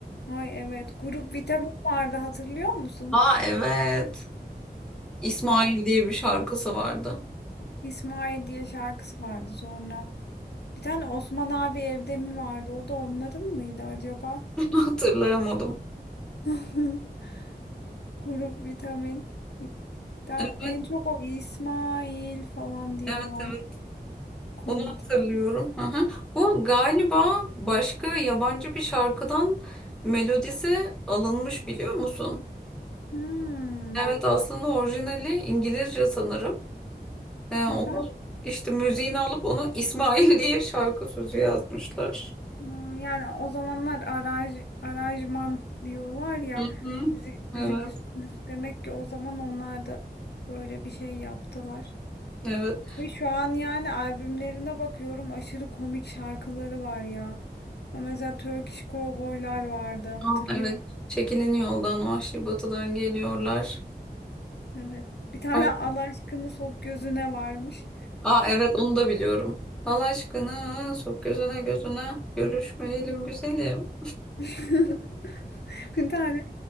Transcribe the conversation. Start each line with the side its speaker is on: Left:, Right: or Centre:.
Left: Ay evet grup Vitam'ın vardı hatırlıyor musun?
Centre: Aa evet. İsmail
Left: Ya,
Centre: diye bir şarkısı vardı.
Left: İsmail diye şarkısı vardı sonra. Bir tane Osman abi evde mi vardı? O da onların mıydı acaba?
Centre: <laughs> Onu hatırlayamadım.
Left: <laughs> Grup Vitamin. Ben
Centre: Evet,
Left: en çok o İsmail falan diye
Centre: evet,
Left: olan
Centre: evet.
Left: komikti.
Centre: Onu hatırlıyorum. Hı hı. O galiba başka yabancı bir şarkıdan melodisi alınmış biliyor musun?
Left: Hmm.
Centre: Evet aslında orijinali İngilizce sanırım. Yani
Left: <laughs>
Centre: onu işte müziğini alıp onu İsmail <laughs> diye şarkı sözü yazmışlar.
Left: Hmm, Yani o zamanlar araj, aranjman diyorlar ya
Centre: Hı hı.
Left: müzik, müzik
Centre: Evet,
Left: üst- demek ki o zaman onlar da böyle bir şey yaptılar.
Centre: evet.
Left: Ve şu an yani albümlerine bakıyorum aşırı komik şarkıları var ya. Ya Mesela Turkish Cowboy'lar vardı hatırlıyor
Centre: Aa, evet.
Left: musun?
Centre: Çekilin yoldan Vahşi Batı'dan geliyorlar.
Left: Evet. Bir tane
Centre: Ay.
Left: Allah aşkını sok gözüne varmış.
Centre: Aa evet onu da biliyorum. Allah aşkına sok gözüne gözüne görüşmeyelim güzelim.
Left: <laughs> Bir tane